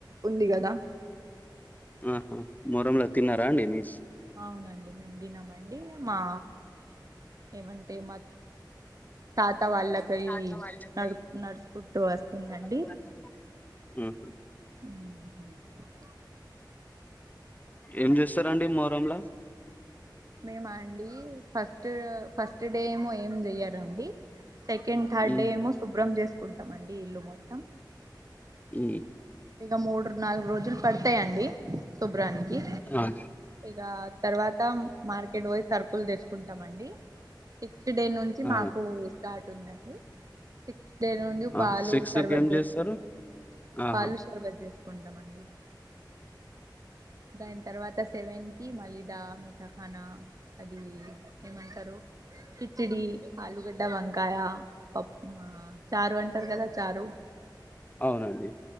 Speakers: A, on the right; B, on the left.
A: ఉంది కదా
B: ఆహా మొరంలో తినరా అండి నీస్
A: అవునండి మేమ్ తినమండి మా ఏమంటే మా తాత వాళ్ళకి
B: తాత వాళ్ళకయితే
A: నడు నడుచుకుంటూ వస్తుందండి
B: చూడొద్దు వాళ్ళను
A: ఆ
B: ఏం చేస్తరండి మొరంలా
A: మేమాండి ఫస్ట్ ఫస్ట్ డే ఏమో ఏం జెయ్యరండి సెకండ్ థర్డ్
B: ఉమ్
A: డే ఏమో శుభ్రం చేసుకుంటామండి నీళ్లు మొత్తం
B: ఉ
A: ఇక మూడు నాలుగు రోజులు పడ్ వస్తాయండి శుభ్రానికి
B: ఆ
A: ఇగ తర్వాత వోయి సర్కుల్ తెచ్చుకుంటామండి సిక్స్త్ డే నుంచి
B: ఆ
A: మాకు స్టార్ట్ ఉందండి దేను నుండి
B: ఆ
A: పాలు
B: సిక్స్
A: షర్బత్
B: కి ఏం
A: చేసుకుంటామ్
B: చేస్తారు ఆహా
A: పాలు షర్బతు చేసు కుంటామండి దాన్ తర్వాత సెవెన్ కి మళ్ళీ దా మనా అది ఏమంటరు కిచిడి ఆలుగడ్డ వంకాయ పప్ ఆ చారు అంటరు కదా చారు
B: అవునండి